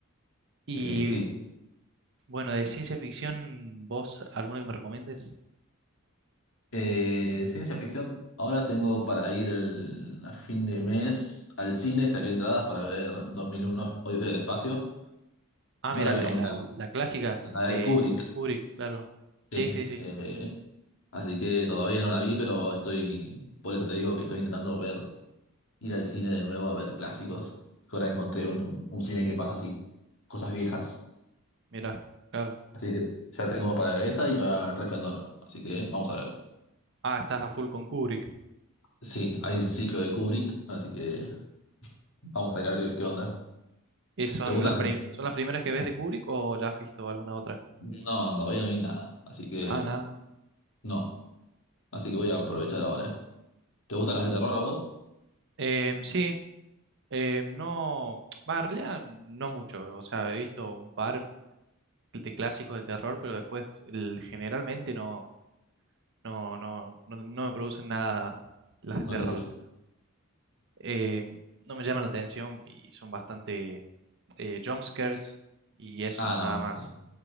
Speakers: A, on the right; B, on the left.
A: Y
B: Eh, sí.
A: Bueno, de ciencia ficción, ¿vos alguna que me recomiendes?
B: Eh, ciencia ficción. Ahora tengo para ir el, a fin de mes al cine, saqué entradas para ver 2001 Odisea del Espacio.
A: Ah,
B: No
A: mira,
B: la vi
A: la,
B: nunca.
A: la- la clásica
B: La
A: de
B: de Kubrick,
A: Kubrick, claro. Sí,
B: sí.
A: sí, sí,
B: Eh, así que todavía no la vi, pero estoy. Por eso te digo que estoy intentando ver ir al cine de nuevo a ver clásicos. Ahora encontré un, un cine que pasa así, cosas viejas.
A: mira, claro.
B: Así que ya tengo para esa y para El Resplandor. Así que vamos a ver.
A: Ah, estás a full con Kubrick.
B: Sí, hay un ciclo de Kubrick, así que vamos a ir a ver qué onda.
A: Eh, ¿Son
B: ¿Te gustan
A: las, pri-
B: las de...
A: son las primeras que ves de Kubrick o ya has visto alguna otra?
B: No, no, todavía no vi nada, así que
A: Ah, nada.
B: no. Así que voy a aprovechar ahora. ¿Te gustan las de terror a vos?
A: Em, sí, em, no, va, en realidad no mucho. O sea, he visto un par de clásicos de terror, pero después el- generalmente no, no, no, no, no me producen nada las
B: No
A: de terror.
B: es lo tuyo.
A: eh, no me llaman la atención y son bastante eh, jumpscares y eso,
B: Ah,
A: nada
B: no, no,
A: más.
B: sí.